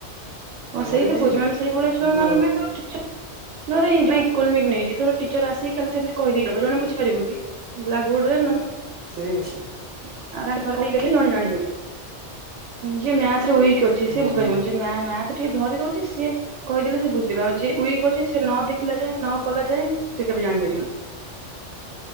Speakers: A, on the right; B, on the right.
A: ହଁ
B: ପଢେ
A: ସେଇ ତ
B: ଠିକ
A: କହୁଛି ମାନେ ସେଇ ଭଳିଆ ଛୁଆମାନଙ୍କ
B: କିନ୍ତୁ
A: ପାଇଁ ଧର ଟିଚର ନ ହେଲେ ଏ <unintelligible> ଇକୋନୋମିକ ନେଇଚି ଧର ଟିଚର ଆସି ଖାଲି ସେମତି କହିଦେଇକି <unintelligible> ଜଉ ମାନେ ବୁଝିପାରିବ କି? ବ୍ଲାକ୍ ବୋଡ଼ ରେ ନହେ
B: ସେଇକଥା।
A: <unintelligible> ଜଣେ ଜାଣିପାରିବ। ଯିଏ ମ୍ୟାଥ ରେ ଉଇକି ଅ
B: ହଁ
A: ସେ ବୁଝିପାରିବନି
B: ହଁ
A: ଯେ ମ୍ୟା ମ୍ୟାଥ ଟିକେ ଧରି ଦଉଛି ସିଏ କହିଦେଲେ ସେ ବୁଝିଦେବେ ଆଉ ଯିଏ ଉଈକି ଅଛି ସେ ନ ଦେଖ ଥିଲା ଯାଏଁ ନ କଲା ଯାଏ ସେ କେବେ ଜାଣିପାରିବନି।